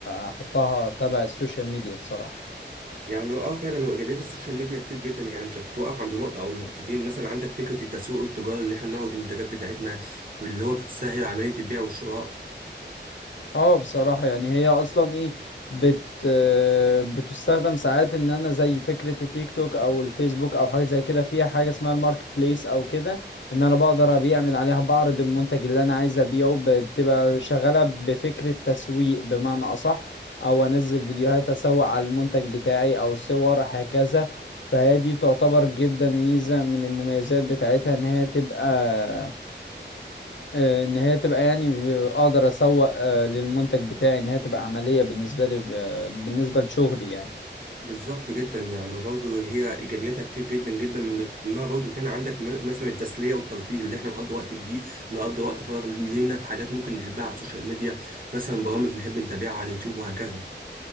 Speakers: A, on the left (about 80°); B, on the right (about 50°).
A: آه، احطها تبع السوشيال ميديا بصراحة
B: يعني اه فعلا وايجابيات السوشيال ميديا كتير جدا يعني مش هتتوقف عند نقطه او نقطتين مثلا عندك فكره التسويق والتجاره اللي احنا بنعرض المنتجات بتاعتنا واللي هو بتسهل عمليه البيع والشراء
A: اه بصراحة يعني هي اصلا ايه بت آه، بتستخدم ساعات ان انا زي فكرة التيك توك او الفيسبوك او حاجة زي كده فيها حاجة اسمها الماركت بليس او كده ان انا بقدر ابيع من عليها بعرض المنتج اللي انا عايز ابيعه ب- بتبقى شغالة بفكرة تسويق بمعنى اصح او انزل فيديوهات اسوق على المنتج بتاعي او صور هكذا فهي دي تعتبر جدا ميزة من المميزات بتاعتها ان هي تبقى آه، ان هي تبقى يعني ب- اقدر اسوق آه، للمنتج بتاعي ان هي تبقى عملية بالنسبة لي آه، بالنسبة لشغلي يعني
B: بالظبط جدا يعني برضه هي ايجابياتها كتير جدا جدا من ضمنها برضه تاني عندك م- مثلا التسليه والترفيه اللي احنا نقضي وقت كبير نقضي وقت فراغ لينا في حاجات ممكن نحبها على السوشيال ميديا مثلا برامج نحب نتابعها على اليوتيوب وهكذا